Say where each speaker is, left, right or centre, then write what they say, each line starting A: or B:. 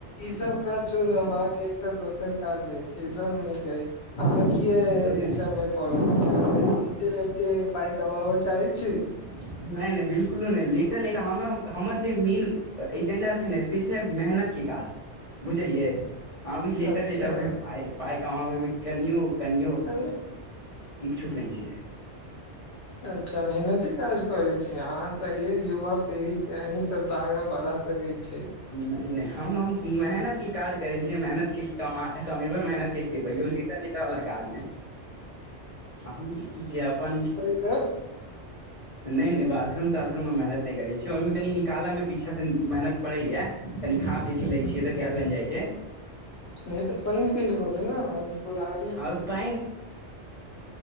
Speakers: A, on the left; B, on the left.
A: ई सब काज छोड़ू, हम आहाँके तऽ दोसर काज दै छी, एकदम नीक अइ, अहॉं कियैऽ
B: बतबियौ
A: ई
B: ने
A: सब में परल छी, अहॉं लेटे-लेटे पाइ कमाबऽ चाहै छी?
B: ह नैय-नैय, बिलकुलो नैय लेटल-लेटऽ हमरा, हमर जे मेन एजेंडा छै ने से छै मेहनत के काज, बुझलियै? हमी लेटल-लेटऽ
A: अच्छा
B: में पा-पाइ कमामै में कनियों- कनियों
A: अरे
B: इक्छूक नैय छीयै।
A: अच्छा मेहनती काज करै छी अहाँ तऽ ये युवा पीढ़ीे के अहीं सब त आगाँ बढ़ा सकै छी
B: नैय-नैय हम-हम मेहनत की काज करै छियै, मेहनत के-कमा-कमेबै, मेहनत के खेबै, यो लेटल-लेटल वला काज नै हम जे अपन
A: हे
B: नैय- नैय बाथरूम ताथरूम मे मेहनत नै करै छि ओहिमे कनी निकालऽ मे पीछा से मेहनत पड़ैया। कनी खा बेसी लै छियै तऽ गैस बैन जाय छै।
A: नै तऽ पैन पील बोलेै नऽ पुराय-
B: हँ पैन